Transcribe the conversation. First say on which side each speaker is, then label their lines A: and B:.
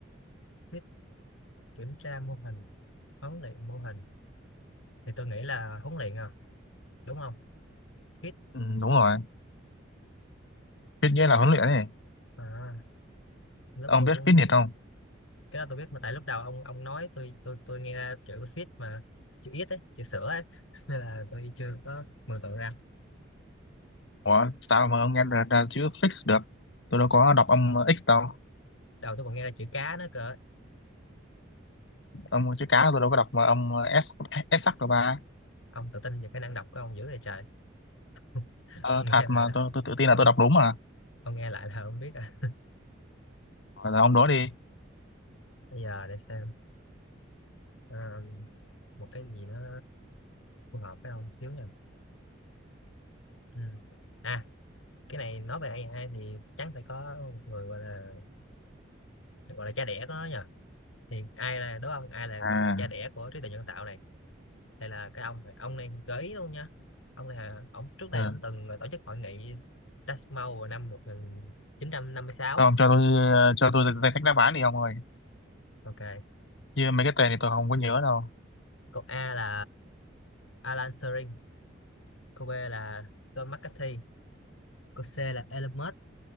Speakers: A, on the left (about 80°); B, on the left (about 60°).
A: fit kiểm tra mô hình huấn luyện mô hình thì tôi nghĩ là huấn luyện à đúng không hit
B: Ừm, đúng rồi. Fit nghĩa là huấn luyện này.
A: à lúc
B: Ông
A: tôi
B: biết
A: cũng
B: fitness không?
A: cái đó tôi biết mà tại lúc đầu ông ông nói tôi tôi tôi nghe ra chữ fit mà chữ ít ấy chữ sữa ấy <laughs> nên là tôi chưa có mường tượng ra
B: Ủa, sao mà ông nghe ra, ra chữ fix được? Tôi đâu có đọc âm X đâu.
A: đầu tôi còn nghe ra chữ cá nữa cơ
B: Âm chữ cá tôi đâu có đọc mà âm S, S sắc đâu ba.
A: ông tự tin về khả năng đọc của ông dữ vậy trời <laughs>
B: Ờ,
A: ông nghe
B: thật
A: lại
B: mà
A: là
B: tôi, tôi tự tin
A: ông
B: là tôi đọc đúng mà.
A: ông nghe lại là ông biết à
B: Rồi là ông đó đi.
A: bây giờ để xem Ờ, một cái gì nó phù hợp với ông xíu nha ừ. à cái này nói về AI thì chắc phải có một người gọi là gọi là cha đẻ của nó nhỉ thì ai là đố ông ai là
B: À,
A: gọi là cha đẻ của trí tuệ nhân tạo này đây là cái ông này ông này gợi ý luôn nha ông này là ông trước đây
B: ừ.
A: ông từng tổ chức hội nghị Dartmouth vào năm 1956
B: Thôi ông cho tôi cho tôi ra cách đáp án đi ông ơi.
A: ok
B: Chứ mấy cái tên thì tôi không có nhớ đâu.
A: câu A là Alan Turing câu B là John McCarthy câu C là Elon Musk